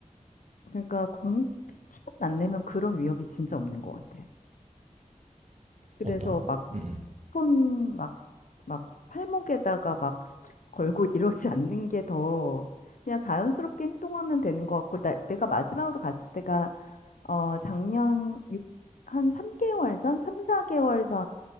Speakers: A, on the left (about 80°); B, on the right (about 60°).
A: 그러니까 광 티만 안 내면 그런 위협이 진짜 없는 것 같아. 그래서
B: 어떤?
A: 막
B: 음응
A: 핸드폰 막 막 팔목에다가 막 스트랩 걸고 <laughs> 이러지 않는 게 더 그냥 자연스럽게 행동하면 되는 것 같고 나, 내가 마지막으로 갔을 때가 어 작년 육한 3개월 전, 3, 4개월